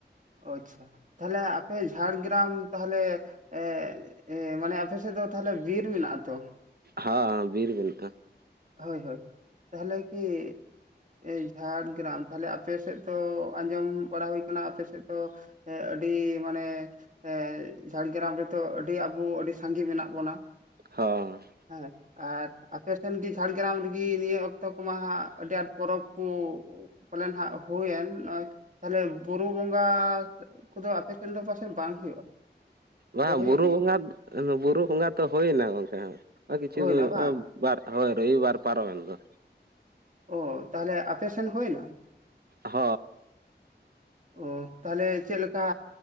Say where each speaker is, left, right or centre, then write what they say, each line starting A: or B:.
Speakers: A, on the right (about 45°); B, on the right (about 60°).
A: ᱚᱼᱪᱪᱷᱟ ᱾ ᱛᱟᱦᱞᱮ, ᱟᱯᱮ ᱡᱷᱟᱲᱜᱨᱟᱢ ᱛᱟᱦᱚᱞᱮ, ᱮᱻ ᱮᱻ ᱢᱟᱱᱮ, ᱟᱯᱮ ᱥᱮᱫ ᱫᱚ, ᱛᱟᱦᱚᱞᱮ, ᱵᱤᱨ ᱢᱮᱱᱟᱜᱼᱟ ᱛᱚ?
B: ᱦᱟᱻ ᱟᱼ ᱵᱤᱨ ᱢᱮᱱᱟᱜᱼᱟ ᱾
A: ᱦᱳᱭ ᱦᱳᱭ, ᱛᱟᱦᱟᱞᱮ, ᱠᱤ ᱮᱭ ᱡᱷᱟᱲᱜᱨᱟᱢ ᱛᱟᱦᱚᱞᱮ, ᱟᱯᱮᱥᱮᱫ ᱫᱚ, ᱟᱸᱡᱚᱢ ᱵᱟᱲᱟ ᱦᱩᱭ ᱟᱠᱟᱱᱟ, ᱟᱯᱮ ᱥᱮᱫ ᱫᱚ ᱮᱻ, ᱟᱹᱰᱤ ᱢᱟᱱᱮ, ᱮ ᱻ, ᱡᱷᱟᱲᱜᱨᱟᱢ ᱨᱮᱫᱚ, ᱟᱹᱰᱤ ᱟᱵᱚ, ᱟᱹᱰᱤ ᱥᱟᱸᱜᱮ, ᱢᱮᱱᱟᱜ ᱵᱚᱱᱟ ᱾
B: ᱦᱚᱸᱻ ᱾
A: ᱟᱨ, ᱟᱨ ᱟᱯᱮᱥᱴ ᱥᱮᱱ ᱡᱷᱟᱲᱜᱨᱟᱢ ᱨᱮᱜᱮ, ᱱᱤᱭᱟᱹ ᱚᱠᱛᱚ ᱠᱚᱢᱟ ᱦᱟᱸᱜ, ᱟᱹᱰᱤ ᱟᱸᱴ ᱯᱚᱨᱚᱵᱽ ᱠᱚ ᱯᱟᱞᱮᱱ ᱱᱷᱟᱜ, ᱦᱩᱭᱮᱱ ᱱᱚᱜᱼᱚᱭ ᱛᱟᱦᱟᱞᱮ, ᱵᱩᱨᱩ ᱵᱚᱸᱜᱽ ᱜᱟᱸ ᱠᱚᱫᱚ, ᱟᱯᱮ ᱥᱮᱫ ᱫᱚ, ᱯᱟᱥᱮᱡ ᱵᱟᱝ ᱦᱩᱭᱩᱜᱼᱟ?
B: ᱵᱟᱝ
A: ᱥᱮ ᱦᱩᱭᱩᱜ
B: ᱵᱩᱨᱩ
A: ᱜᱮᱭᱟ
B: ᱵᱚᱸᱜᱟ, ᱵᱩᱨᱩ ᱵᱚᱸᱜᱟ ᱛᱚ, ᱦᱩᱭᱮᱱᱟ, ᱜᱚᱝᱠᱮ, ᱠᱤᱪᱷᱩ
A: ᱦᱩᱭᱱᱟ
B: ᱱᱚᱜᱼᱚᱭ
A: ᱵᱟᱝ
B: ᱵᱟᱨ, ᱦᱳᱭ, ᱨᱚᱵᱤ ᱵᱟᱨ ᱯᱟᱨᱚᱢᱮᱱ ᱫᱚ
A: ᱚᱻ, ᱛᱟᱦᱚᱞᱮ, ᱟᱯᱮ ᱥᱮᱱ ᱦᱩᱭ ᱮᱱᱟ?
B: ᱦᱚᱻ ᱾
A: ᱚᱦ ᱛᱟᱦᱟᱞᱮ, ᱪᱮᱫ ᱞᱮᱠᱟ,